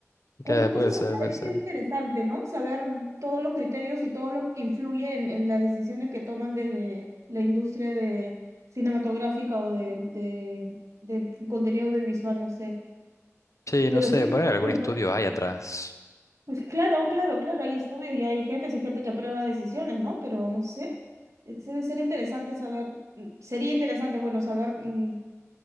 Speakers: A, on the right (about 75°); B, on the left (about 80°).
A: ¿Cuántas
B: que
A: cosas
B: puede ser,
A: habrá?
B: puede
A: Debe
B: ser.
A: ser interesante, ¿no? Saber todos los criterios y todo lo que influye en, en las decisiones que toman desde la industria de cinematográfica o de, de, de contenido audiovisual, no sé.
B: Sí,
A: Pero
B: no sé,
A: sí que
B: por
A: todo
B: ahí algún
A: se
B: estudio hay atrás.
A: pues, sí, claro, claro, claro, hay estudios y hay jefes y gente que aprueba decisiones, ¿no? Pero no sé. Ese debe ser interesante saber, mm, sería interesante, bueno, saber mm,